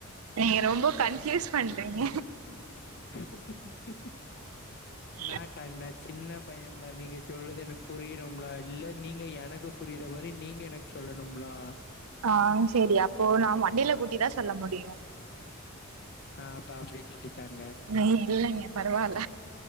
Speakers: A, on the right; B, on the left.
A: நீங்க ரொம்ப கன்பியூஸ் பண்றீங்க
B: <inaudible>
A: <inaudible>
B: நா கண்ண சின்ன பையம்லா நீங்க சொல்றது எனக்கு புரியுபுலா இல்ல நீங்க எனக்கு புரியிற மாரி நீங்க எனக்கு சொல்லணும்லா
A: ஆ செரி அப்போ நா மண்டலே கெட்டி தா சொல்ல முடியு
B: ஆ அப்பா அப்டி சொல்லித்தாங்க
A: ஆ இல்லங்க பெரவால